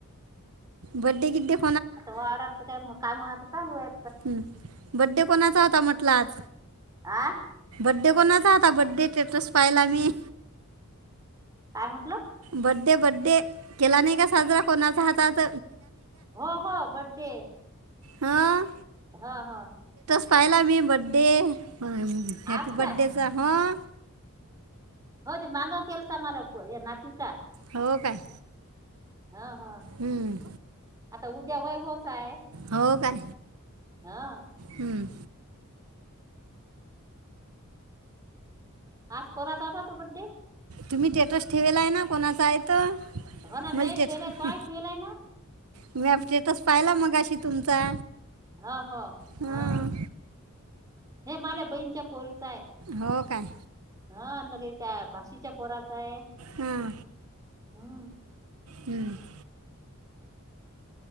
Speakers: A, on the right; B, on the right.
A: बडडे किद्े <unintelligible>
B: आता वाराच काय कामता चालू आहे.
A: हम्म बड्डे कोणाचा होता म्हटल आज.
B: आ.
A: बडडे कोणाचा आता बर्डे स्टेटस पाहिला मी.
B: काय म्हटलं.
A: बड्डे बड्डे केला नाही का, साजरा कोणाचा हातच
B: हो हो बड्डे.
A: हा.
B: हा हा.
A: पाहिला मी बर्डे हॅपी
B: आज
A: बर्थडेचा
B: का
A: ह.
B: माग केलता मला फोन हे नातीचा.
A: हो काय.
B: ह ह
A: हम्म.
B: आता उद्या वय होच आहे.
A: हो काय
B: ह
A: हम्म.
B: हा स् कोोराचाता तो बड्डे <unintelligible>
A: तुम्ही स्टेटस ठेवेला आहे ना कोणाचां येतो
B: हो ना
A: बलट
B: मी फेलाय तोय फेलाय ना
A: मॅपट <unintelligible> तस पाहिला मग अशी तुमचा.
B: हा हो
A: हां
B: हा हे माझ्या बहीणच्या पोरीत.
A: हो काय.
B: हा लग त्या भाशीच्या पोराच आहे
A: हां
B: हम्म.
A: हम्म <inaudible>